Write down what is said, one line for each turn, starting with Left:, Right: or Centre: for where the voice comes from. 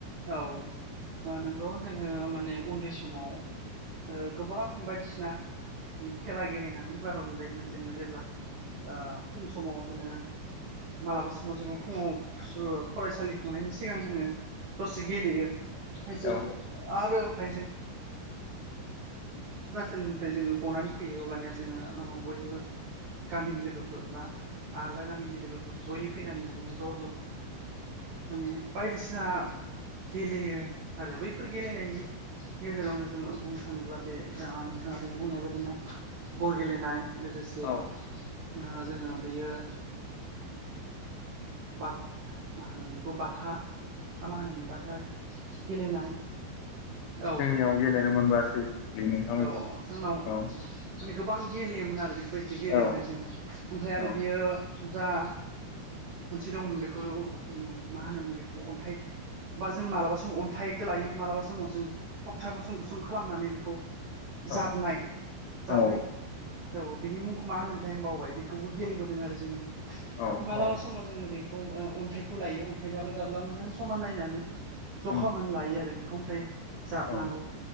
Right: औ नंगौ जोङो माने उन्दै समाव ओ गोबां बायदिसिना जों खेला गेलेनानै बारा रंजायोमोन जोङो जेब्ला फुं समाव जोङो मालाबा समाव जोङो फुङाव फरायसालि थांनायनि सिगां जोङो दसे गेलेयो ओमफायसो
Left: औ
Right: आरो ओमफ्राय जों फरायसालिनिफ्राय जोङो गनानै फैयो अब्लानिया जोङो बयबो गामिनि लोगोफोर बा आलदा गामिनि लोगोफोर जयै फैनानै बिदिनो ज' ज' माने बायदिसिना गेलेयो आरो बैफोर गेलेनायनि गेजेरावनो जोङो बुंनो थाङोब्ला बे नोंथाङा दहय बुंनाय बायदिनो गर गेलेनाय लोगोसे
Left: औ
Right: जोङो बेयो बाब मा होनो बेखौ बाथा खमाय मोनबथाय गेलेनाय औ
Left: आव गेलेनो मोनबोआसै नोंथां बेखौ
Right: औ जोंनाव
Left: औ
Right: माने गोबां गेलेयोमोन आरो बेफोरबायदि गेलेबोदों
Left: औ
Right: जोङो ओमफ्राय
Left: औ
Right: आरो बियो जा मोनसे दंमोन बेखौ मा होनोमोन बेखौ अन्थाइ बा जों मालाबा सम अन्थाइखौ लायो मालाबा समाव जों थखथा गुसुं गुसुं खालामनानै बेखौ
Left: औ
Right: जाबनाय जाबनाय
Left: औ
Right: औ बिनि मुंखौ मा होनो मोनथाय आं बावबाय बेखौबो गेलेबोदों आरो जोङो माने
Left: औ
Right: मालाबा
Left: औ
Right: समाव जोङो बे अन्थाइखौ लायो अन्थाइ दाब्ला दाब्ला मोजां समान नायनानै ज'
Left: उम
Right: खालामनानै लायो आरो बेखौ ओमफ्राय जाबनांगौ
Left: औ